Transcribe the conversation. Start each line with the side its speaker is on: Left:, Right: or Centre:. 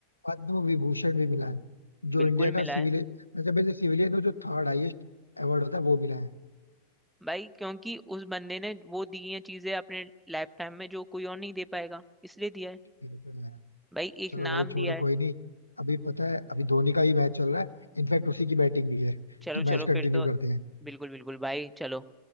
Left: पद्म विभूषण भी मिला है जो
Centre: बिल्कुल
Left: इंडिया का
Centre: मिला
Left: सिविलियन
Centre: है
Left: मतलब सिविलियन जो थर्ड हाईएस्ट अवार्ड होता है वो मिला है
Centre: भाई क्योंकि उस बंदे ने वो दी हैं चीजें अपने लाइफ टाइम में जो कोई और नहीं दे पाएगा इसलिए दिया है
Left: ये तो है।
Centre: भाई एक
Left: चलो
Centre: नाम
Left: भाई छोड़ो
Centre: दिया है
Left: कोई नहीं अभी पता है अभी धोनी का ही मैच चल रहा है इनफैक्ट उसी की बैटिंग भी है
Centre: चलो
Left: तो
Centre: चलो
Left: मैच
Centre: फिर
Left: कंटिन्यू
Centre: तो
Left: करते हैं
Centre: बिल्कुल बिल्कुल भाई चलो